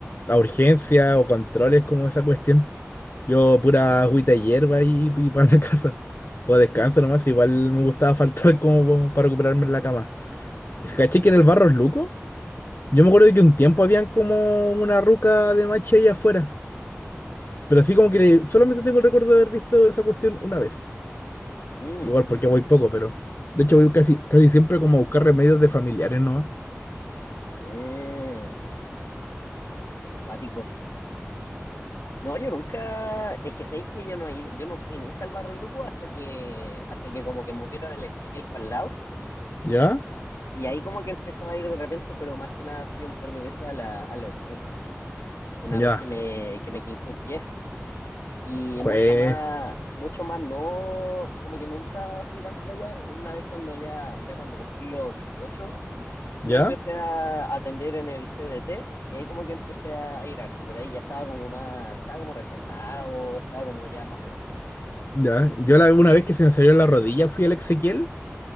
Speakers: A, on the left (about 55°); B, on the left (about 75°).
A: a urgencia o controles como esa cuestión. Yo pura agüita de hierba y, y para la <laughs> casa. O descanso
B: <laughs>
A: nomás, igual me gustaba faltar como para recuperarme en la cama. ¿Caché que en el barro es luco? Yo me acuerdo de que un tiempo habían como una ruca de mache ahí afuera. Pero así como que le- solamente tengo el recuerdo de haber visto esa cuestión una vez.
B: Mm,
A: Igual porque voy poco, pero. De hecho, voy casi, casi siempre como a buscar remedios de familiares nomás.
B: mm, mm, cuático. No, yo nunca, es que sabéis que yo no he ido, yo no fui nunca al Barro Luco hasta que, hasta que como que movieron el Ezequiel para el lado,
A: ¿Ya?
B: y ahí como que empezaba a ir de repente, pero más que nada fui un par de veces a la, a la urgencia, una
A: Ya.
B: vez que me, que me quince un pie, y mucho
A: Jue.
B: más, mucho más no, como que nunca fui tanto para allá, una vez cuando ya, ya cuando cumplí los 18 me
A: ¿Ya?
B: empecé a atender en el CDT, y ahí como que empecé a ir harto, pero ahí ya estaba como más, estaba como reformado, estaba como ya más moderno en la cuestión.
A: Ya. Yo la, una vez que se me salió la rodilla fui al Ezequiel.